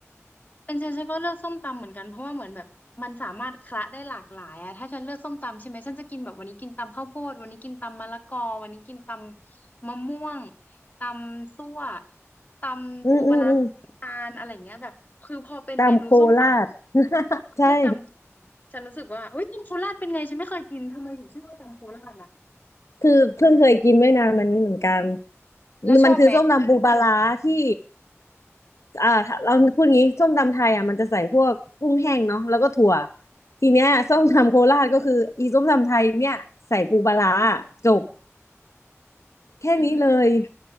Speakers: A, on the left (about 30°); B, on the left (about 70°).
A: เป็นฉันฉันก็เลือกส้มตำเหมือนกันเพราะว่าเหมือนแบบมันสามารถคละได้หลากหลายอะถ้าฉันเลือกส้มตำใช่ไหมฉันจะกินแบบวันนี้กินตำข้าวโพดวันนี้กินตำมะละกอวันนี้กินตำมะม่วงตำซั่วตำปูปลาร้าน้ำตาลอะไรเงี้ยแบบคือพอเป็นเมนูส้มต
B: อืมอืมอืมตำโคราช <laughs>
A: ำมันไม่จำฉันรู้สึกว่าเฮ้ยตำโคราชเป็นไงฉันไม่เคยกินทำไมถึงชื่อว่าตำโคราชล่ะ
B: ใช่ คือเพิ่งเคยกินไม่นานมานี้เหมือนกัน
A: แล้วชอบไหม
B: มันคือส้มตำปูปลาร้าที่อ่าเราพูดงี้ส้มตำไทยอ่ะมันจะใส่พวกกุ้งแห้งเนาะแล้วก็ถั่วทีเนี้ยส้มตำโคราชก็คืออีส้มตำไทยเนี่ยใส่ปูปลาร้าจบแค่นี้เลย
A: อืม